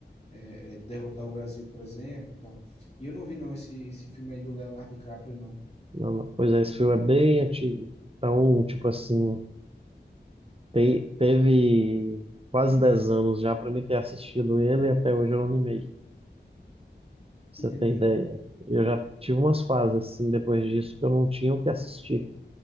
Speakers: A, on the left; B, on the right.
A: é, é, derrotar o Brasil, por exemplo, e tal. E eu não vi, não, esse, esse filme aí do Leonardo DiCaprio, não.
B: não, não. Pois é, esse filme é bem antigo. Então, tipo assim, te- teve quase 10 anos já para mim ter assistido ele e até hoje eu não animei, pra você
A: Entendi.
B: ter ideia. Eu já tive umas fases assim depois disso que eu não tinha o que assistir.